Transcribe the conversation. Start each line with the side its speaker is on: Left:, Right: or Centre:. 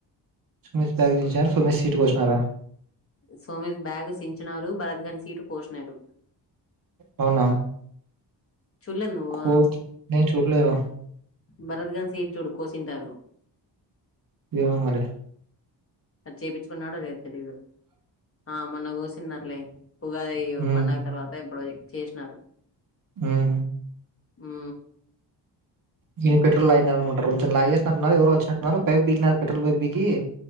Right: సుమేష్ బ్యాగ్ తీసినారు సుమేష్ సీటు కోసినారా
Left: సోమేశ్ బ్యాగు సించినారు బరత్గాని సీటు కోశినారు
Right: అవునా
Left: చుల్లెద్ నువ్వ
Right: కోచ్ నేను చూడలేరా
Left: భరత్ గాని సీట్ చూడు కోసింటారు
Right: ఏమో మరి
Left: అది చేపిచుకున్నాడొ లేదో తెలీదు ఆ మొన్న కోసిన్నారులె ఉగాది
Right: ఉమ్
Left: పండగ తర్వాత ఎప్పుడొ చేశినారు
Right: హ్మ్
Left: మ్
Right: ని పెట్రోల్ లాగినరానమాట కొంచెం లాగేసినట్టున్నారు ఎవరొ వచ్చినట్టున్నారు పైప్ పికినారు పెట్రోల్ పైప్ బికీ